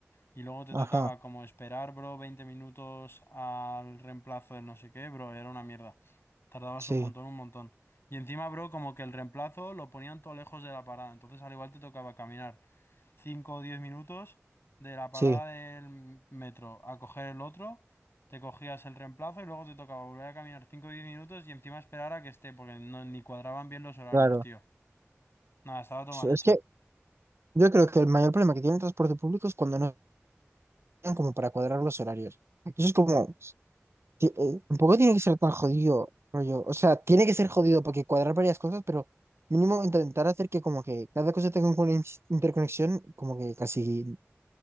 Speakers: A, on the left (about 50°); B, on the right (about 55°).
A: y luego te
B: Ajá,
A: tocaba como esperar, bro, 20 minutos al reemplazo del no sé qué, bro, era una mierda. Tardabas
B: sí,
A: un montón, un montón. Y encima, bro, como que el reemplazo lo ponían todo lejos de la parada, entonces al igual te tocaba caminar 5 o 10 minutos de la parada
B: sí.
A: del metro a coger el otro. Te cogías el reemplazo y luego te tocaba volver a caminar 5 o 10 minutos y encima esperar a que esté, porque no, ni cuadraban bien los horarios,
B: Claro.
A: tío. Nada, estaba todo mal hecho.
B: Es que yo creo que el mayor problema que tiene el transporte público es cuando no tienen como para cuadrar los horarios. Eso es como, ti- eh, tampoco tiene que ser tan jodido, rollo. O sea, tiene que ser jodido porque cuadrar varias cosas, pero mínimo intentar hacer que como que cada cosa tenga una in- interconexión, como que casi,